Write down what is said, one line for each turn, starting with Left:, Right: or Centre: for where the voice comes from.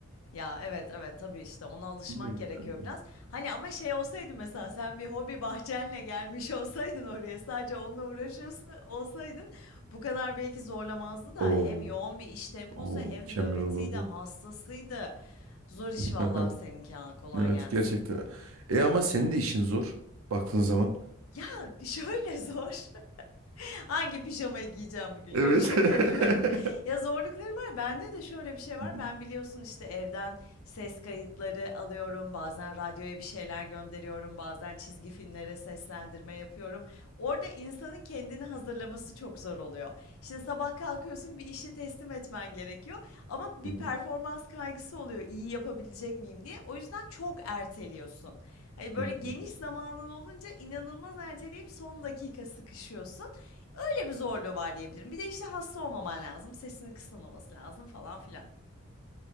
Left: Ya evet evet tabii işte ona alışmak
Right: <laughs> Bilmiyorum.
Left: gerekiyor biraz. Hani ama şey olsaydı mesela sen bir hobi bahçenle gelmiş olsaydın oraya sadece onunla uğraşıyorsun olsaydın bu kadar belki zorlamazdı da
Right: Oo,
Left: hem yoğun bir iş temposu
Right: oo,
Left: hem
Right: mükemmel
Left: nöbetiydi
Right: olurdu.
Left: hastasıydı. Zor iş
Right: <laughs>
Left: vallahi
Right: Aha,
Left: seninki ha kolay
Right: Evet
Left: gelsin.
Right: gerçekten. E ama senin de işin zor baktığın zaman.
Left: Ya, şöyle zor. Hangi pijamayı giyeceğim bugün?
Right: Evet.
Left: Yok şaka
Right: <laughs>
Left: yapıyorum. <laughs> Ya zorlukları var. Bende de şöyle bir şey var.
Right: Hı hı,
Left: Ben biliyorsun işte evden ses kayıtları alıyorum. Bazen radyoya bir şeyler gönderiyorum. Bazen çizgi filmlere seslendirme yapıyorum. Orada insanın kendini hazırlaması çok zor oluyor. İşte sabah kalkıyorsun bir işi teslim etmen gerekiyor. Ama bir
Right: hı hı,
Left: performans kaygısı oluyor. İyi yapabilecek miyim diye. O yüzden çok erteliyorsun. Hani böyle
Right: hı
Left: geniş
Right: hı.
Left: zamanın olunca inanılmaz erteleyip son dakika sıkışıyorsun. Böyle bir zorluğu var diyebilirim. Bir de işte hasta olmaman lazım. Sesinin kısılmaması lazım falan filan.